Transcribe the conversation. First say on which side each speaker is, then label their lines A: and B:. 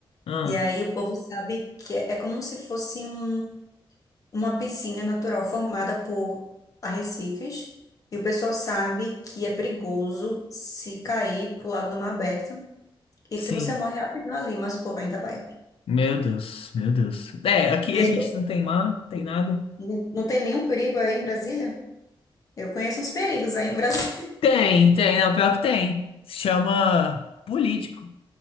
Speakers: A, on the left; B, on the left.
A: Ah,
B: E aí o povo sabe que é, é como se fosse um, uma piscina natural formada por arrecifes. E o pessoal sabe que é perigoso se cair pro lado do mar aberto. E
A: sim.
B: que você morre rapidinho ali, mas o povo ainda vai.
A: Meu Deus, meu Deus. É, aqui
B: E
A: a
B: aí,
A: gente não tem mar, tem nada.
B: não não tem nenhum perigo aí em Brasília? Eu conheço uns perigos aí em Brasília.
A: Tem, tem, não, pior que tem. Se chama político.